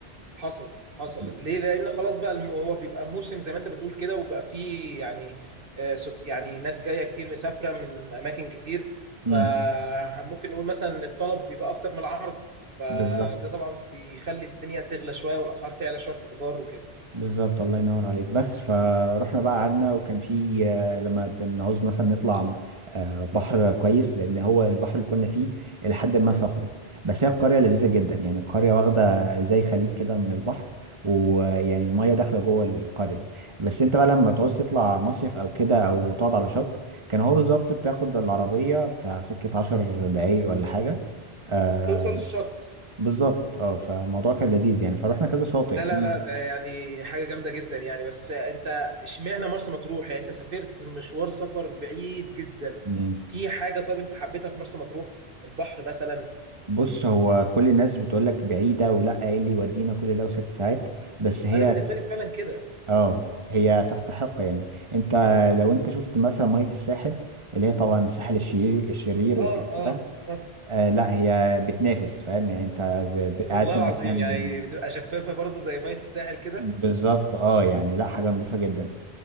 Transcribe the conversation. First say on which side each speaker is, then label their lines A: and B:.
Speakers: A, on the right (about 60°); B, on the right (about 30°).
A: حصل حصل
B: ب-
A: ليه لان خلاص بقى الم- هو بيبقى موسم زي ما انت بتقول كده وبقى فيه يعني آه، سك- يعني ناس جاية كتير مسافرة من اماكن كتير
B: امم
A: فممكن نقول مثلا ان الطلب بيبقى اكتر من العرض فده
B: بالظبط
A: طبعا بيخلي الدنيا تغلى شوية والاسعار تعلى شوية في الايجار وكده
B: بالظبط الله ينور عليك بس فروحنا بقى قعدنا وكان في آه، لما بنعوز مثلا نطلع آه، بحر كويس لأن هو البحر اللي كنا فيه إلى حد ما صخري بس هي القرية لذيذة جدا يعني القرية واخدة زي خليج كده من البحر ويعني المية داخلة جوه القرية بس أنت بقى لما تعوز تطلع مصيف أو كده أو تقعد على شط كان هو بالظبط بتاخد العربية بتاع سكة عشر دقايق ولا حاجة آه،
A: توصل للشط
B: بالظبط اه فالموضوع كان لذيذ يعني فروحنا كذا شاطئ
A: لا
B: فيه
A: لا لا ده يعني حاجة جامدة جدا يعني بس انت اشمعنى مرسى مطروح يعني انت سافرت مشوار سفر بعيد جدا
B: مم.
A: في حاجة طيب انت حبيتها في مرسى مطروح البحر مثلا
B: بص هو كل الناس بتقول لك بعيدة ولا ايه اللي يودينا كل ده وست ساعات بس هي
A: انا بالنسبة لي فعلا كده
B: اه هي تستحق يعني انت لو انت شفت مثلا مية الساحل اللي هي طبعا الساحل الشرير الشرير والكلام
A: اه
B: ده
A: اه اه
B: آه لا هي بتنافس فاهم يعني انت ب- ب- قاعد
A: والله
B: في
A: العظيم
B: مكان
A: يعني بتبقى شفافة برضه زي مية الساحل كده
B: بالظبط اه يعني لا حاجة نظيفة جدا